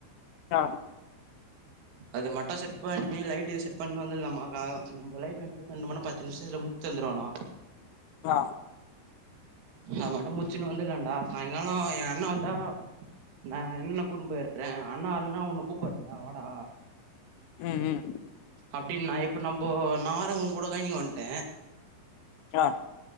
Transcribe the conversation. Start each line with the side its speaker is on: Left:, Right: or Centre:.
Left: ஆ
Right: அது மட்டு செட் பண்ணி லைடு செட் பண்ணுன் வந்துல்லாமா க நம்ப லைட்டு வாய்ன்டு <unintelligible> ஞ்சு நிம்ஷதுல முச்சு வந்துருவானா
Left: ஆ
Right: அத மட்டு முச்சின்னு வந்துலான்டா சாய்ங்கால எ அண்ண வந்தா நா என்னென்ன கூட்னு போய்ட்ற அண்ணா இன்னா உண்ணு கூப்புறாண்டா வடா
Left: உம் உம்
Right: அப்டின் நா இப்ப நம்போ நார உங்க கூட கலிஞ்சினு வந்ட
Left: ஆ